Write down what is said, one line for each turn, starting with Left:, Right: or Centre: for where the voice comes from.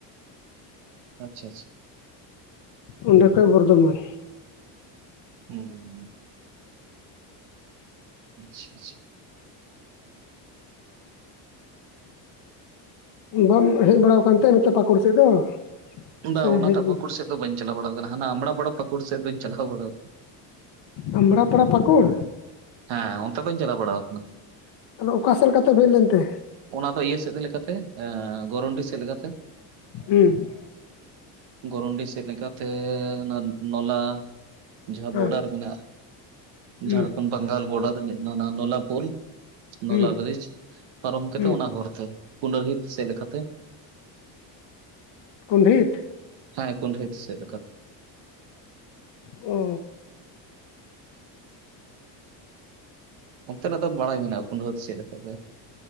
Right: ᱟᱪᱪᱷᱟᱻ ᱟᱪᱪᱷᱟᱻ᱾
Left: ᱚᱸᱰᱮ ᱠᱷᱚᱜ ᱵᱚᱨᱫᱷᱚᱢᱟᱱ᱾
Right: ᱦᱩᱸᱻ ᱦᱩᱸᱻ᱾ ᱟᱪᱪᱷᱟ ᱟᱪᱪᱷᱟ <unintelligible>
Left: ᱵᱟᱢ ᱦᱮᱡ ᱵᱟᱲᱟ ᱠᱟᱱᱛᱮ ᱱᱚᱛᱮ ᱯᱟᱠᱩᱲ ᱥᱮᱜ ᱫᱚ?
Right: ᱵᱟᱝ
Left: ᱥᱮ
Right: ᱚᱱᱟᱴᱟᱜ
Left: ᱦᱮᱡ
Right: ᱯᱟᱹᱠᱩᱲ ᱥᱮᱫ ᱫᱚ ᱵᱟᱹᱧ ᱪᱟᱞᱟᱣ ᱵᱟᱲᱟ ᱠᱟᱱᱟ, ᱦᱟᱱᱟ ᱟᱢᱲᱟ ᱯᱟᱲᱟ ᱯᱟᱹᱠᱩᱲ ᱥᱮᱫ ᱫᱚᱧ ᱪᱟᱞᱟᱣ ᱵᱟᱲᱟᱣ ᱠᱟᱱᱟ᱾
Left: ᱟᱢᱲᱟᱯᱟᱲᱟ ᱯᱟᱹᱠᱩᱲ?
Right: ᱦᱮᱸ ᱚᱱᱛᱮ ᱫᱩᱧ ᱪᱟᱞᱟᱣ ᱵᱟᱲᱟ ᱠᱟᱱᱟ᱾
Left: ᱟᱫᱚ ᱚᱠᱟ ᱥᱮᱫ ᱞᱮᱠᱟᱛᱮᱢ ᱦᱮᱡ ᱞᱮᱱᱛᱮ?
Right: ᱚᱱᱟ ᱫᱚ ᱤᱭᱟᱹ ᱥᱮᱫ ᱞᱮᱠᱟᱛᱮ ᱜᱚᱨᱚᱱᱰᱤ ᱥᱮᱫ ᱞᱮᱠᱟᱛᱮ᱾
Left: ᱦᱮᱸ
Right: ᱜᱚᱨᱚᱱᱰᱤ ᱥᱮᱫ ᱞᱮᱠᱟᱛᱮ ᱚᱱᱟ ᱱᱚᱞᱟ ᱡᱟᱦᱟᱸ
Left: ᱦᱮᱸ
Right: ᱵᱳᱰᱟᱨ ᱢᱮᱱᱟᱜᱼᱟ᱾
Left: ᱦᱩᱸ
Right: ᱡᱷᱟᱲᱠᱷᱚᱱᱰ ᱵᱟᱝᱜᱟᱞ ᱵᱳᱰᱟᱨ ᱨᱮ ᱱᱚᱞᱟᱯᱩᱞ᱾ ᱱᱚᱞᱟ
Left: ᱦᱩᱸ
Right: ᱵᱨᱤᱡᱽ ᱯᱟᱨᱚᱢ ᱠᱟᱛᱮ
Left: ᱦᱩᱸ
Right: ᱚᱱᱟ ᱦᱚᱨᱛᱮ ᱠᱩᱸᱰᱟᱹᱦᱤᱛ ᱥᱮᱫ ᱞᱮᱠᱟᱛᱮ᱾
Left: ᱠᱩᱸᱰᱦᱤᱛ?
Right: ᱦᱮᱸ ᱠᱩᱸᱰᱦᱤᱛ ᱥᱮᱫ‌ ᱞᱮᱠᱟᱛᱮ ᱾
Left: ᱚᱻ᱾
Right: ᱚᱱᱛᱮᱱᱟᱜ ᱫᱚ ᱵᱟᱲᱟᱭ ᱢᱮᱱᱟᱜᱼᱟ ᱠᱩᱸᱰᱟᱹᱦᱤᱛ ᱫᱚ ᱪᱮᱫ ᱞᱮᱠᱟ ᱯᱮ